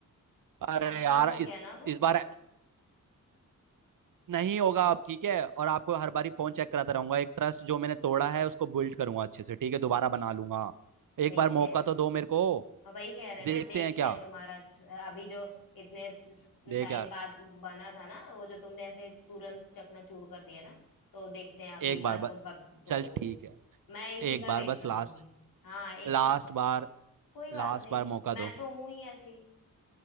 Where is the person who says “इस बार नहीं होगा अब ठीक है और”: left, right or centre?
Right